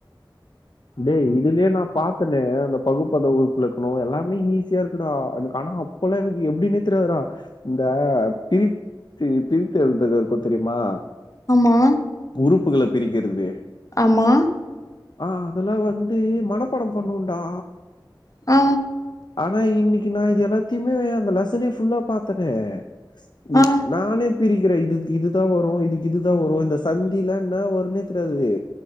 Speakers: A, on the left; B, on the left.
A: இதே இதுலே ஏனாப் பாத்தனே அந்த பகுப்பத உறுப்பு இலக்கணோ எல்லாமே ஈஸியா இருக்குடா எனக்கு ஆனாப் போல எனக்கு எப்டி தெரியாது டா இந்த பிரி ரி பிரித்து எழுதுக இருக்கு தெரியுமா
B: ஆமா
A: உறுப்புகள பிரிக்கிறது
B: ஆமா
A: ஆ அதெல்லா வந்து மனப்பாடம் பண்ணுடா
B: அ
A: ஆனா இன்னைக்கு நா இது எல்லாத்தையுமே அந்த லெசனே புல்லா பாத்தனே உ
B: ஆ
A: நானே பிரிக்கிற இது இதுத் இதுதா வரு இதுக்கு இதுதா வரு இந்த சந்திலா என்ன வரும்னே தெரியாது